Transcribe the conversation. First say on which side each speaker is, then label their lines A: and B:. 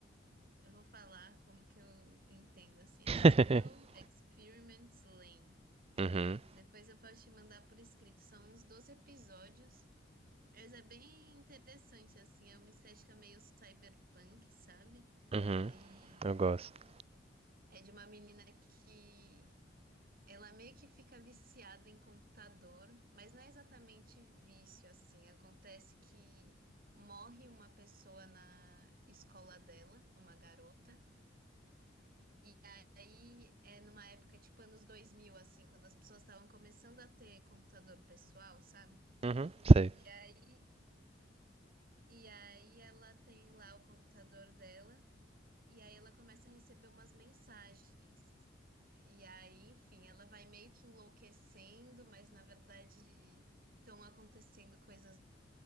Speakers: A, on the right (about 55°); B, on the right (about 35°).
A: Eu vou falar como que eu entendo, assim, é
B: <laughs>
A: Serial Experiments Lane.
B: Uhum.
A: Depois eu posso te mandar por escrito, são uns 12 episódios, mas é bem interessante, assim, é uma estética meio cyberpunk, sabe?
B: Uhum.
A: E
B: Eu gosto.
A: é de uma menina que ela meio que fica viciada em computador, mas não é exatamente vício, assim, acontece que morre uma pessoa na escola dela, uma garota, E aí, é numa época tipo anos 2000 assim, quando as pessoas estavam começando a ter computador pessoal, sabe?
B: Uhum. Sei.
A: E aí, e aí ela tem lá o computador dela, e aí ela começa a receber umas mensagens e aí, enfim, ela vai meio que enlouquecendo, mas na verdade estão acontecendo coisas